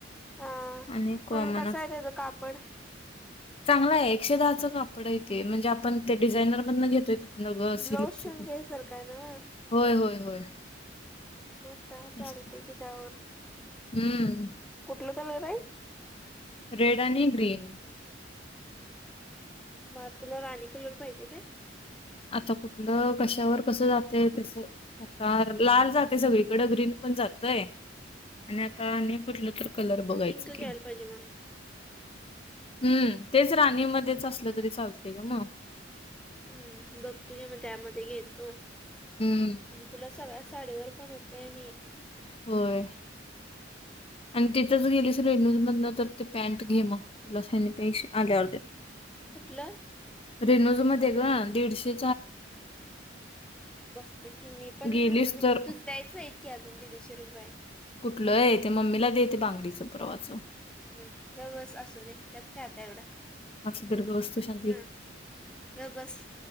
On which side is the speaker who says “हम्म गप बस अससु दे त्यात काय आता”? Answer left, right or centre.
Centre